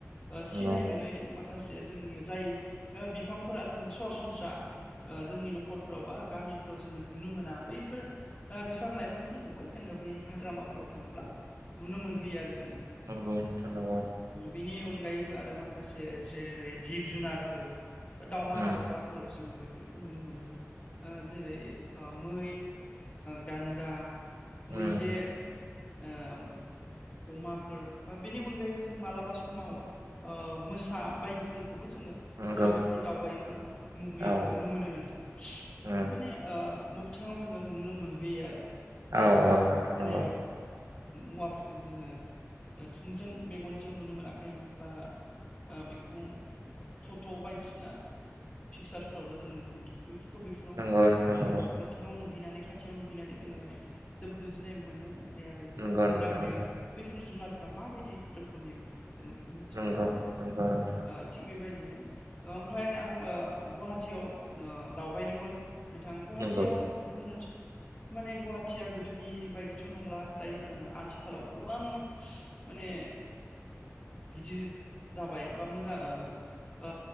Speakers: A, on the left (about 25°); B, on the right (about 80°).
A: ओ
B: नंगौ
A: सिनाय मोनै माखासे जोंनि जाय बिफांफोरा जोंनो सरासनस्रा ओ जोंनि न'खरफोराव बा गामिफोराव जोङो नुनो मोना बैफोर बिफां लाइफांफोरखौबो जोङो बै हाग्रामाफोराव थाङोब्ला नुनो मोनहैयो आरो। जोङो
B: नंगौ थार नंगौ।
A: बिनि अनगायैबो आरो माखासे जेरै जिब जुनारफोर बा दाावमा
B: नंगौ उम
A: दाउसाफोर जोङो बेफोरखौ नुनो मोनो जेरै- मै, गान्दा,, मैदेर
B: उम
A: ओ अमाफोर बा बेनि अनगायैबो जों मालाबा समाव ओ मोसा बायदिफोर खौबो जोङो
B: नंगौ
A: माने बैफोराव दावबायोब्ला नुबोयो।
B: औ
A: नुनो मोनो नोंथां
B: उम
A: माने मोगथाङाव जोङो नुनो मोनहोयो आरो जाय
B: औ औ नोंथां नंगौ
A: जाय मुवाफोरखौ जोङो- थोंजों मेगनजों नुनो मोनाखैमोन बा- बेखौ फट' बायदिसिना पिकसार आवल' जोङो नुनो मोनदों बैफोरखौ बफोराव
B: नंगौ नोंथां
A: माने
B: नंगौ
A: मोगथाङाव नु नुहैनानै खाथियाव नुहैनानै जोङो माने जोबोद गोजोननाय मोनो। नाथाय आरो जोङो
B: नंगौ
A: हमदां
B: नोंथां
A: हायो
B: नंगौ
A: बैफोर जुनारफ्रा माबायदि रोखोमनिमोन जों बेखौ मिथिनानै
B: नंगौ
A: मोनो
B: नंगौ नोंथां
A: ओ थिग बेबायदि बिनो ओमफ्राय आं ओ गुवाहाटियाव दावबायदोंमोन। नोंथां गुवाहाटियाव
B: नंगौ
A: बुंनो माने गुवाहाटिया गोदोनि बायदिथ' नंला दायो आथिखालाव गोबां माने गिदिर जाबाय बा मोजां ओ ओ